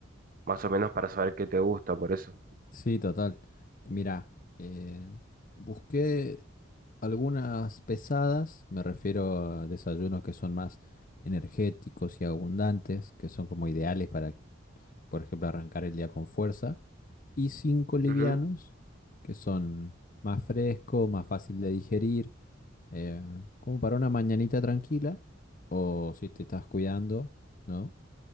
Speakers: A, on the right; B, on the left.
A: más o menos para saber qué te gusta por eso?
B: Sí, total. Mira, eh, busqué algunas pesadas, me refiero a desayunos que son más energéticos y abundantes, que son como ideales para, por ejemplo, arrancar el día con fuerza, y cinco livianos,
A: ujú,
B: que son más frescos, más fácil de digerir Eh, como para una mañanita tranquila o si te estás cuidando, ¿no?